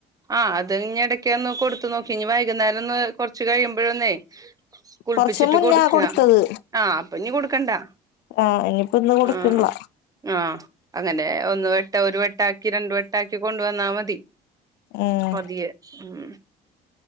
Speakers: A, on the right; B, on the left.
A: ആ് അത് ഇനി ഇടക്കൊന്ന് കൊടുത്തു നോക്കി. ഇനി വൈകുന്നേരം ഒന്ന് കൊറച്ച് കഴിയുമ്പോഴൊന്നേ. കുളിപ്പിച്ചിട്ട്
B: കൊറച്ച് മുന്നാ
A: കൊടുക്കുക
B: കൊടുത്തത്
A: ആഹ അപ്പൊ ഇനി കൊടുക്കണ്ടാ.
B: ആ ഇനിയിപ്പോ ഇന്ന് കൊടുക്കണില്ല
A: ആഹ ആഹ അങ്ങനെ ഒന്ന് വെട്ടാ ഒരു വെട്ടാക്കി രണ്ട് വെട്ടാക്കി കൊണ്ട് വന്നാ മതി.
B: ഉം
A: പതിയെ ഉം